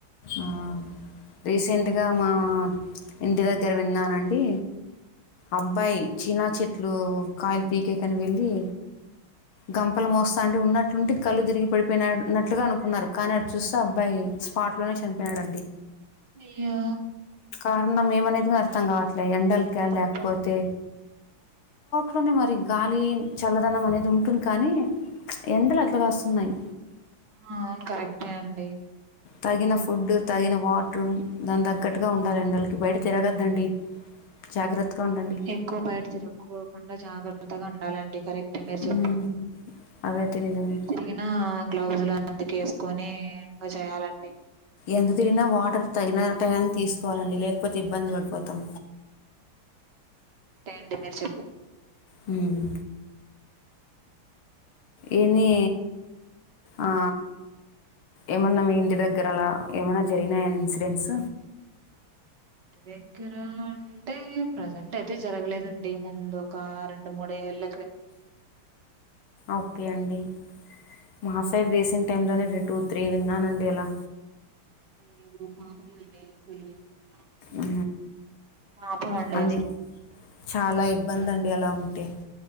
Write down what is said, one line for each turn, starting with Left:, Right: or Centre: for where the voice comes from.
Left: ఆ రీసెంట్గా మా ఇంటి దగ్గర విన్నానండి అబ్బాయి చీనా చెట్లు కాయలు పీకేకని వెళ్ళి
Right: హ్మ్
Left: గంపలు మోస్తా అంటే ఉన్నట్లుంటి కళ్ళు తిరిగి పడిపోయినన్నట్లుగా అనుకున్నారు కానీ అటు చూస్తే అబ్బాయి స్పాట్ లోనే చనిపోయాడండి
Right: అయ్యో
Left: కారనం మేమానేది అర్ అర్థం కాట్లే ఎండల్ కా
Right: పాపం
Left: లేకపోతే ఇంట్లోనే మరి గాలి చల్లదనం అనేది ఉంటుంది కానీ ఎండలు అట్లాగాస్తున్నాయి
Right: ఆ అవును కరెక్టే అండి
Left: తగిన ఫుడ్ తగిన వాటరు దాని తగ్గట్టుగా ఉండాలండి ఎండలకి బయట తిరగద్దండి
Right: అవునే
Left: జాగ్రత్తగా ఉండండి
Right: ఎక్కువ బయట తిరకోకుండా జాగ్రత్తగా ఉండాలండి కరెక్ట్ మీమీర్
Left: ఉమ్,
Right: చెప్పు
Left: అదైతే నిజమే
Right: తిరిగినా గ్లోసులు అందుకే వేస్ కొని ఇంగా చేయాలండి
Left: ఎంత తిరిగినా వాటర్ తగినట్టు గానే తీసుకోవాలండి లేకపోతే ఇబ్బంది పడిపోతాం
Right: టె అండి మీరు చెప్పింది
Left: హ్మ్ ఎన్నీ ఆ ఏమన్నా మీ ఇంటి దగ్గర అలా ఏమైనా జరిగినాయని ఇన్సిడెన్స్
Right: ఇంటి దగ్గర అంటే ప్రజెంట్ అయితే జరగలేదండి ముందు ఒక రెండు మూడేళ్ళ
Left: ఓకే అండి మాస టర్ రీసెంట్ టైంలోనే రెం టూ త్రీ విన్నానండి అలా
Right: అయ్యో పాపం <unintelligible>
Left: ఊ
Right: పాపం అండి
Left: అంది
Right: అసలు
Left: చాలా ఇబ్బంది అండి ఎలా ఉంటే